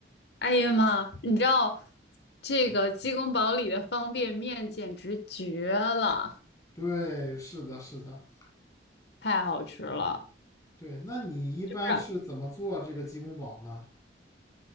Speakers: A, on the left; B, on the left.
A: 哎呀妈，你知道这个鸡公煲里的方便面简直绝了，
B: <laughs> 对，是的，是的，
A: 太好吃了！
B: 对。那你一般是怎么做这个鸡公煲呢？
A: 就是。